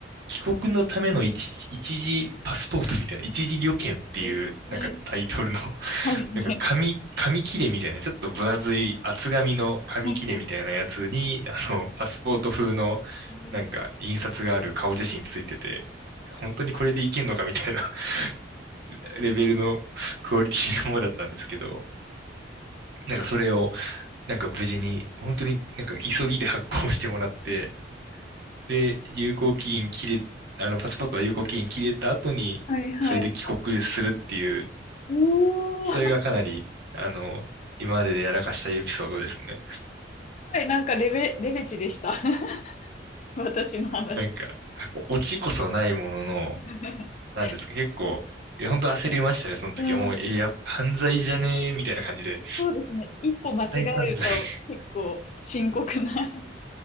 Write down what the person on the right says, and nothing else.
帰国のための一、一時パスポートみたいな、一時旅券っていう、
なんかタイトルの <laughs>
なんか紙、紙切れみたいな、ちょっと分厚い厚紙の紙切れみたいなやつに、
あの、パスポート風の、
なんか、印刷がある顔写真ついてて、本当にこれでいけんのかみたいな <laughs> レベルのクオリティのものだったんですけど、なんかそれを、なんか無事に、本当になんか急ぎで発行してもらって、で、有効期限切れ、あの、パスポートは有効期限切れた後に、
それで帰国するっていう、
それがかなり、あの、今まででやらかしたエピソードですね。
なんか、オチこそないものの、
なんですか、結構、いや、本当焦りましたね、その時は。
もう、え、や、犯罪じゃねえ、みたいな感じで。
再犯罪。<laughs>